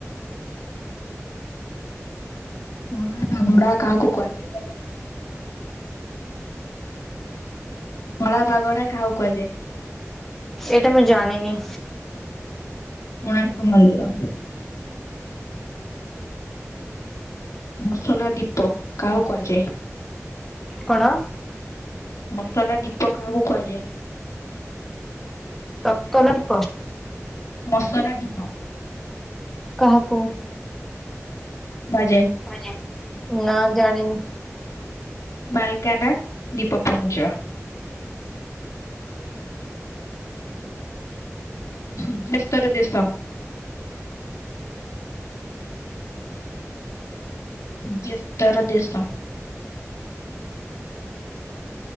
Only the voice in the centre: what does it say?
ଏଇଟା ମୁଁ ଜାଣିନି?
କଣ?
ତତଲା ଦୀପ
କାହାକୁ।
ବାଜେ ନା ଜାଣିନି।